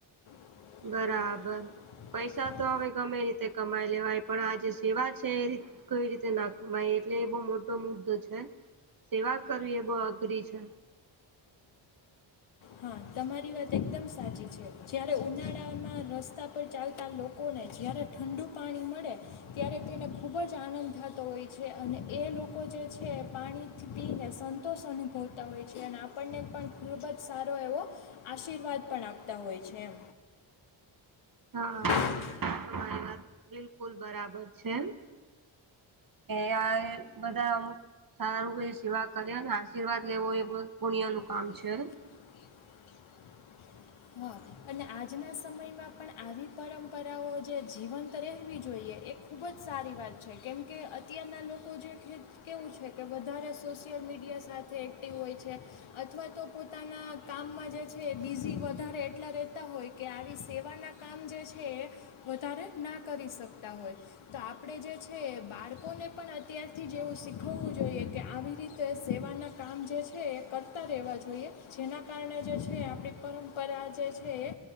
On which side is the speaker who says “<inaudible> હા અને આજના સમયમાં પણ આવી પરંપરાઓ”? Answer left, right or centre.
Left